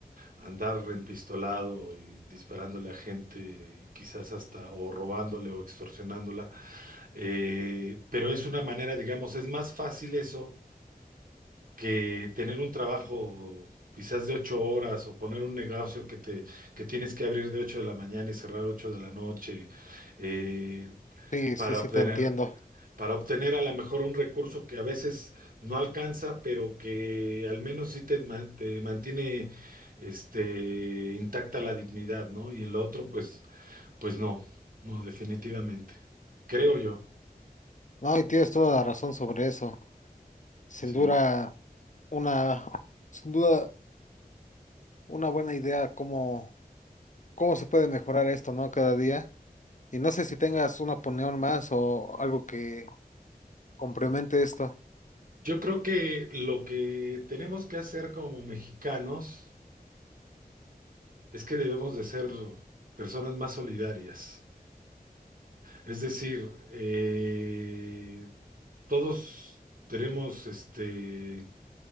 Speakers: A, on the right (about 60°); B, on the left (about 50°).
A: andar empistolado y disparándole a gente y quizás hasta o robándole o extorsionándola. Eh, pero es una manera, digamos, es más fácil eso que tener un trabajo quizás de ocho horas o poner un negocio que te que tienes que abrir de ocho de la mañana y cerrar ocho de la noche eh,
B: Sí,
A: para
B: sí, sí,
A: obtener
B: te entiendo.
A: para obtener a lo mejor un recurso que a veces no alcanza, pero que al menos sí te, ma- te mantiene este, intacta la dignidad, ¿no? Y el otro, pues, pues no, no, definitivamente. Creo yo,
B: No, y tienes toda la razón sobre eso. Sin
A: sí.
B: duda, una, sin duda, una buena idea cómo, cómo se puede mejorar esto, ¿no? Cada día. Y no sé si tengas una opinión más o algo que complemente esto.
A: Yo creo que lo que tenemos que hacer como mexicanos es que debemos de ser personas más solidarias. Es decir, eh, todos tenemos este,